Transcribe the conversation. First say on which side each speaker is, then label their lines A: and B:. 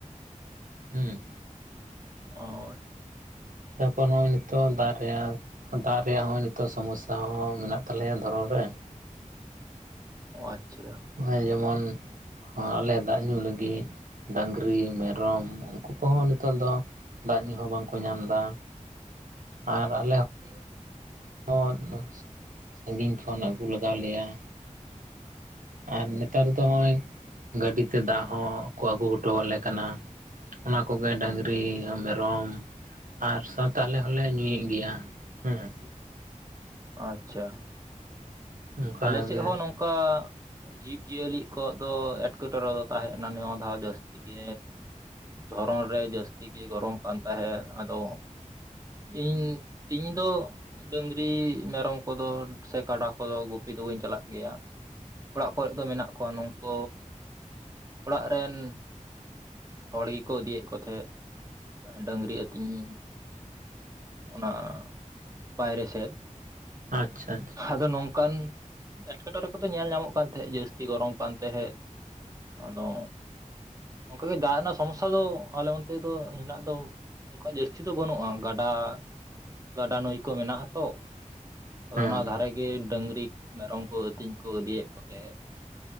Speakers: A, on the right; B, on the right.
A: ᱦᱩᱸ
B: ᱚᱭ
A: ᱛᱟᱨᱯᱚᱨ ᱱᱚᱜᱼᱚᱭ ᱱᱤᱛᱚᱜ ᱫᱟᱜ ᱨᱮᱭᱟᱲ ᱫᱟᱜ ᱨᱮᱭᱟᱜ ᱦᱚᱸ ᱱᱤᱛᱚᱜ ᱥᱚᱢᱚᱥᱥᱟ ᱦᱚᱸ ᱢᱮᱱᱟᱜ ᱛᱟᱞᱮᱭᱟ ᱫᱷᱚᱨᱚᱱ ᱨᱮ
B: ᱚ ᱟᱪᱪᱷᱟ
A: ᱱᱚᱜᱼᱚᱭ ᱡᱮᱢᱚᱱ ᱟᱞᱮ ᱫᱟᱜ ᱧᱩ ᱞᱟᱹᱜᱤᱫ ᱰᱟᱝᱨᱤ ᱢᱮᱨᱚᱢ ᱩᱱᱠᱩ ᱠᱚᱦᱚᱸ ᱱᱤᱛᱚᱜ ᱫᱚ ᱫᱟᱜ ᱧᱩ ᱦᱚᱸ ᱵᱟᱝᱠᱚ ᱧᱟᱢ ᱮᱫᱟ ᱟᱨ ᱟᱞᱮ ᱦᱚᱸ
B: <inaudible>
A: ᱦᱚᱸ ᱥᱟᱺᱜᱤᱧ ᱠᱷᱚᱱ ᱟᱹᱜᱩ ᱞᱟᱜᱟᱣ ᱞᱮᱭᱟ ᱟᱨ ᱱᱮᱛᱼᱼ ᱱᱮᱛᱚᱜ ᱫᱚ ᱱᱚᱜ ᱚᱭ ᱜᱟᱹᱰᱤ ᱛᱮ ᱫᱟᱜ ᱦᱚᱸ ᱠᱚ ᱟᱹᱜᱩ ᱦᱚᱴᱚ ᱟᱞᱮ ᱠᱟᱱᱟ ᱚᱱᱟ ᱠᱚᱜᱮ ᱰᱟᱝᱨᱤ ᱢᱮᱨᱚᱢ ᱟᱨ ᱥᱟᱶᱛᱮ ᱟᱞᱮ ᱦᱚᱸᱞᱮ ᱧᱩᱭᱮᱫ ᱜᱮᱭᱟ ᱦᱮᱸ
B: ᱟᱪᱪᱷᱟ
A: ᱚᱱᱠᱟᱜᱮ
B: ᱟᱞᱮ ᱥᱮᱫ ᱦᱚᱸ ᱱᱚᱝᱠᱟ ᱡᱤᱵ ᱡᱤᱭᱟᱹᱞᱤ ᱠᱚᱣᱟᱜ ᱫᱚ ᱮᱴᱠᱮᱴᱚᱬᱮ ᱫᱚ ᱛᱟᱦᱮᱸᱜ ᱠᱟᱱᱟ ᱡᱟᱹᱥᱛᱤ ᱜᱮ ᱫᱷᱚᱨᱚᱱ ᱨᱮ ᱡᱟᱹᱥᱛᱤ ᱜᱮ ᱜᱚᱨᱚᱢ ᱠᱟᱱ ᱛᱟᱦᱮᱸᱫ ᱟᱫᱚ ᱤᱧ ᱤᱧ ᱫᱚ ᱰᱟᱹᱝᱨᱤ ᱢᱮᱨᱚᱢ ᱠᱚᱫᱚ ᱥᱮ ᱠᱟᱰᱟ ᱠᱚᱫᱚ ᱜᱩᱯᱼᱼ ᱯᱤ ᱫᱚ ᱵᱟᱹᱧ ᱪᱟᱞᱟᱜ ᱜᱮᱭᱟ ᱚᱲᱟᱜ ᱠᱚᱨᱮ ᱫᱚ ᱢᱮᱱᱟᱜ ᱠᱚᱣᱟ ᱱᱩᱝᱠᱩ ᱚᱲᱟᱜ ᱨᱮᱱ ᱦᱚᱲ ᱜᱮᱠᱚ ᱤᱫᱤᱭᱮᱫ ᱠᱚ ᱛᱟᱦᱮᱸᱫ ᱰᱟᱹᱝᱨᱤ ᱟᱹᱛᱤᱧ ᱚᱱᱟ ᱵᱟᱭᱨᱮ ᱥᱮᱫ
A: ᱟᱪᱷᱟ ᱟᱪᱷᱟ
B: ᱟᱫᱚ ᱱᱚᱝᱠᱟᱱ ᱮᱸᱴᱠᱮᱴᱚᱬᱮ ᱠᱚᱫᱚ ᱧᱮᱞ ᱧᱟᱢᱚᱜ ᱠᱟᱱ ᱛᱟᱦᱮᱸᱫ ᱡᱟᱹᱥᱛᱤ ᱜᱚᱨᱚᱢ ᱠᱟᱱ ᱛᱟᱦᱮᱸᱫ ᱟᱫᱚ ᱚᱱᱠᱟ ᱜᱮ ᱫᱟᱜ ᱨᱮᱱᱟᱜ ᱥᱚᱢᱚᱥᱥᱟ ᱫᱚ ᱟᱞᱮ ᱚᱱᱛᱮ ᱫᱚ ᱦᱮᱱᱟᱜ ᱫᱚ ᱚᱱᱠᱟ ᱡᱟᱹᱥᱛᱤ ᱫᱚ ᱵᱟᱹᱱᱩᱜᱼᱟ ᱜᱟᱰᱟ ᱜᱟᱰᱟ ᱱᱟᱹᱭ ᱠᱚ ᱢᱮᱱᱟᱜᱼᱟ ᱛᱚ ᱟᱫᱚ
A: ᱦᱮᱸ
B: ᱚᱱᱟ ᱫᱷᱟᱨᱮ ᱜᱮ ᱰᱟᱹᱝᱜᱨᱤ ᱢᱮᱨᱚᱢ ᱠᱚ ᱟᱹᱛᱤᱧ ᱠᱚ ᱤᱫᱤᱭᱮᱫ ᱠᱚ ᱨᱮᱸᱦᱮᱫ